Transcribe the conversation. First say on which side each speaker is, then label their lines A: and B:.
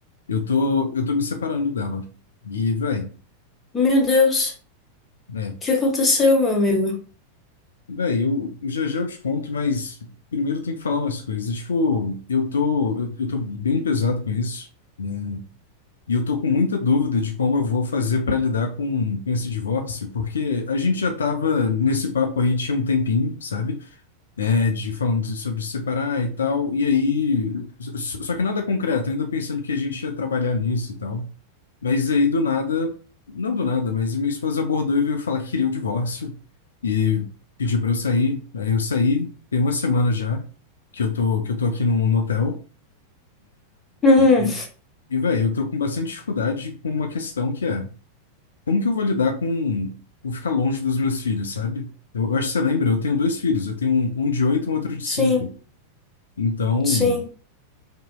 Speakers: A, on the left; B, on the left.
A: eu tô, eu tô me separando dela. E, velho,
B: Meu Deus, o
A: né,
B: que aconteceu, meu amigo?
A: velho, eu já já eu te conto, mas primeiro eu tenho que falar umas coisas. Tipo, eu tô, eu, eu tô bem pesado com isso. né? E eu tô com muita dúvida de como eu vou fazer para lidar com, com esse divórcio, porque a gente já tava nesse papo aí tinha um tempinho, sabe? É, de falando de- sobre se separar e tal. E aí, s- só que nada concreto, ainda pensando que a gente ia trabalhar nisso e tal. Mas aí do nada, não do nada, mas minha esposa abordou e veio falar que queria o divórcio e pediu para eu sair. Aí eu saí, tem uma semana já que eu tô que eu tô aqui num no hotel
B: Hum,
A: e e, velho, eu tô com bastante dificuldade com uma questão que é como que eu vou lidar com, com ficar longe dos meus filhos, sabe? Eu, eu acho que você lembra, eu tenho dois filhos, eu tenho um, um de oito e um outro de
B: sim,
A: cinco. Então,
B: sim.